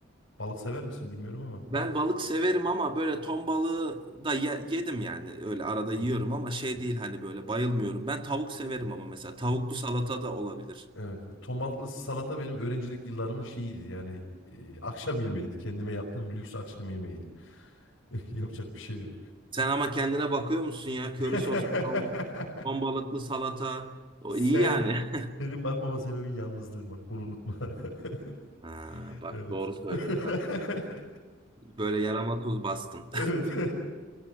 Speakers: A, on the left; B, on the right.
A: Balık sever misin bilmiyorum ama.
B: Ben balık severim ama böyle ton balığı da ye- yedim yani. Öyle arada yiyorum
A: Hı hı.
B: ama şey değil hani böyle bayılmıyorum. Ben tavuk severim ama mesela tavuklu salata da olabilir.
A: Evet. Ton balıklı salata benim öğrencilik yıllarımın şeyiydi yani e, akşam yemeğiydi. Kendime yaptığım lüks akşam yemeğiydi. <laughs> Yapacak bir şey yok.
B: Sen ama kendine bakıyor musun ya? Köri
A: <laughs>
B: soslu tavuk, ton balıklı salata. O
A: Sen
B: iyi yani. <laughs>
A: senin bakmama sebebin yalnızlığın bak. Bunu unutma. <laughs>
B: Ha, bak
A: Evet.
B: doğru söyledin
A: <laughs>
B: ha. Böyle yarama tuz bastın.
A: Evet.